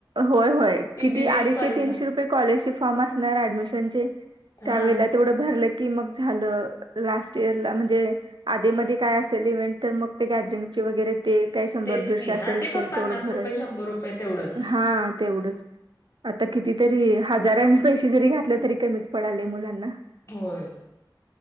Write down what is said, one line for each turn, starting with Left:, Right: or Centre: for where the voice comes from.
Right: होय होय किती
Left: इंजिनिअरिंग
Right: अडीचशे
Left: कॉलेजला
Right: तीनशे रुपये कॉलेज फॉर्म असणार ऍडमिशन.. त्यावेळे
Left: हा
Right: तेवढं भरलं की मग झालं लास्ट इर ला म्हणजे.. आधी मध्ये काय असेल इव्हेंट तर मग ते गॅदरिंगची वगैरे.. ते काही शंभर
Left: तेच
Right: दीडशे
Left: की
Right: असेल
Left: हा ते पण
Right: तर
Left: पन्नास
Right: तेवढं भरायचं.
Left: रुपये शंभर रुपये तेवढंच
Right: हा तेवढच आता कितीतरी हजारांनी पैसे जरी घातले.. तरी कमीच पडले मुलांना.
Left: होय